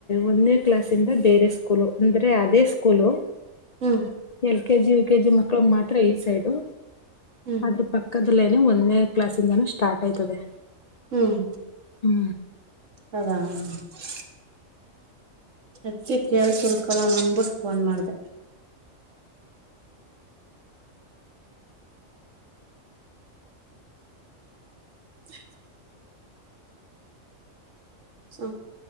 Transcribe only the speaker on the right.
ಹ್ಮ್
ಹ್ಮ್
ಹ್ಮ್
<inaudible> ಅದಕ್ಕೆ ಕೇಳ್ ತಿಳ್ಕೊಳ ಅಂದಬಿಟ್ಟು ಫೋನ್ ಮಾಡ್ದೆ <unintelligible> <unintelligible>